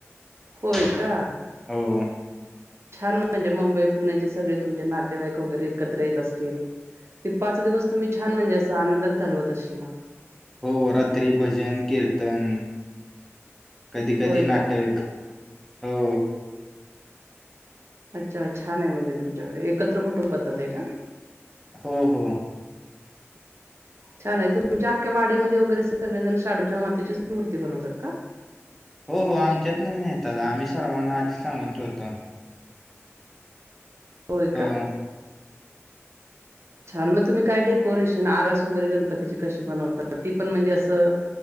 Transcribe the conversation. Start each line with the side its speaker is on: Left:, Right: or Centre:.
Right: होय
Centre: हो.
Right: का? छान म्हणजे मुंबई पुण्याचे सगळे तुमचे नातेवाईक वगैरे एकत्र येत असतील. ते पाच दिवस तुम्ही छान म्हणजे असं आनंदात घालवत आशिला.
Centre: हो रात्री भजन कीर्तन कधी कधी
Right: होय
Centre: नाटक
Right: का?
Centre: हो.
Right: अच्छा छान आहे म्हणजे तुमच्याकडे एकत्र कुटुंब पद्धत आहे का?
Centre: हो हो.
Right: छान आहे तुमच्या आख्या वाडीमध्ये वगैरे सगळे जण शाडूच्या मातीचीच मूर्ती बनवतात का?
Centre: हो हो आमच्यात नवीनेतात आम्ही सर्वांना आधीच सांगून ठेवतो.
Right: होय
Centre: हो
Right: का? छान मग तुम्ही काय डेकोरेशन आरास वैरे कशी बनवत ती पण म्हणजे असं